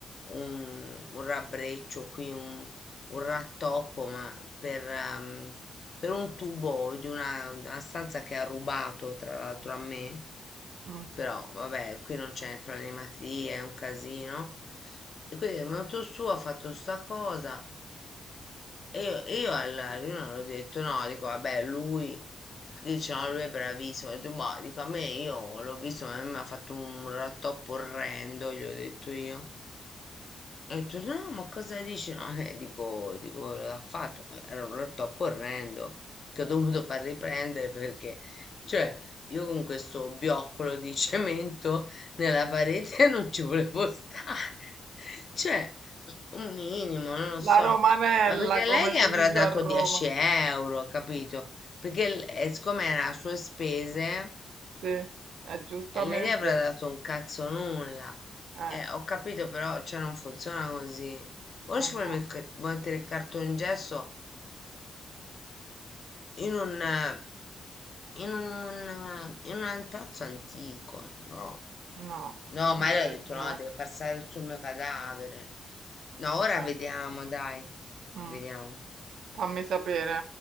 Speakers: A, on the left (about 40°); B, on the right (about 80°).
A: un- un rabbreccio qui, un, un rattoppo, ma per, ehm, per un tubo di una, una stanza che ha rubato tra l'altro a me.
B: Mm.
A: Però vabbè, qui non c'è planimetria, è un casino. E quindi è venuto su, ha fatto sta cosa. E io, io alla riunione ho detto no, dico vabbè, lui, perché dicevano lui è bravissimo, ho detto boh, dico a me io l'ho visto, ma a me mi ha fatto un rattoppo orrendo, gli ho detto io. E torno, "No, ma cosa dici? No, eh, dico, dico, l'ha fatto. Era un rotto orrendo che ho dovuto far riprendere perché, cioè, io con questo bioccolo di <laughs> cemento nella parete <laughs> non ci volevo stare. <laughs> Cioè, un minimo, non lo so.
B: La romanella,
A: Ma perché
B: come
A: lei gli
B: si
A: avrà
B: dice
A: dato
B: a Roma.
A: 10 euro, capito? Perché, l- eh, siccome era a sue spese,
B: Sì, è giustamente.
A: eh, lei gli avrà dato un cazzo nulla.
B: Eh,
A: Eh, ho capito, però, cioè, non funziona così. Ora
B: eh
A: ci vuole
B: no,
A: mec- mettere il cartongesso in un, eh, in un, eh, in un pezzo antico, no?
B: no,
A: No,
B: direi
A: ma io ho detto
B: di
A: no,
B: no.
A: deve passare sul mio cadavere. No, ora
B: eh.
A: vediamo, dai,
B: Mh.
A: vediamo.
B: Fammi sapere.